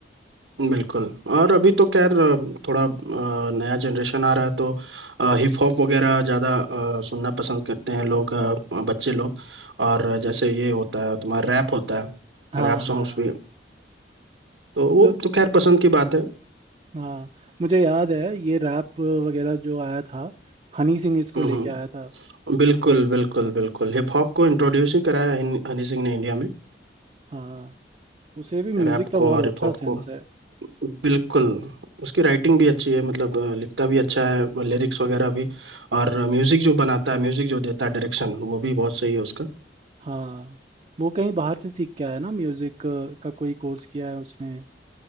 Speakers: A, on the right (about 80°); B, on the right (about 35°).
A: बिल्कुल और अभी तो खैर अ, थोड़ा अ, नया जनरेशन आ रहा है तो हिप हॉप वगैरह ज़्यादा सुनना पसंद करते हैं लोग अ, बच्चे लोग और जैसे ये होता है तुम्हारा रैप होता है
B: हाँ
A: रैप
B: हाँ
A: सॉन्ग्स भी तो वो
B: तो
A: तो खैर पसंद की बात है
B: हाँ मुझे याद है ये रैप वगैरह जो आया था हनी सिंह इसको
A: हम्म
B: लेके
A: हम्म,
B: आया था
A: बिल्कुल बिल्कुल बिल्कुल हिप हॉप को इंट्रोड्यूस ही कराया हनी हनी सिंह ने इंडिया में
B: हाँ उसे भी म्यूजिक
A: रैप
B: का
A: को
B: बहुत
A: और हिप
B: अच्छा
A: हॉप
B: सेंस
A: को
B: है
A: बिल्कुल उसकी राइटिंग भी अच्छी है मतलब अ, लिखता भी अच्छा है लिरिक्स वगैरह भी और म्यूजिक जो बनाता है म्यूजिक जो देता है डायरेक्शन वो भी बहुत सही है उसका
B: हाँ वो कहीं बाहर से सीख के आया ना म्यूजिक का कोई कोर्स किया है उसने